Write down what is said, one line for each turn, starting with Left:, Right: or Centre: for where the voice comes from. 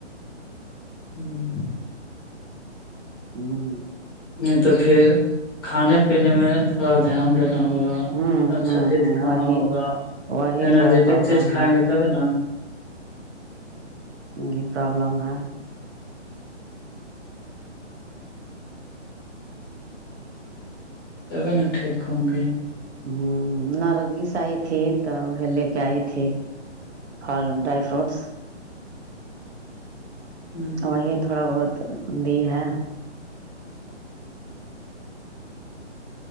Left: ہوں
Right: ہوں
Left: نہیں تو پھر کھانے پینے میں تھوڑا دھیان دینا ہوگا
Right: ہوں
Left: اچھا
Right: ہوں
Left: چیز
Right: ہوں
Left: کھانا
Right: وہی
Left: ہوگا
Right: وہی
Left: انرجیٹک
Right: تھوڑا پرابلم
Left: چیز کھائیں گے تبھی نا
Right: یہ پرابلم ہے
Left: تبے ن ٹھیک ہوں گے
Right: ہ نرگس آئی تھی تو وہ لے کے آئی تھی ہ ڈرائی فروٹس
Left: ہ
Right: وہی تھوڑا بہت دی ہے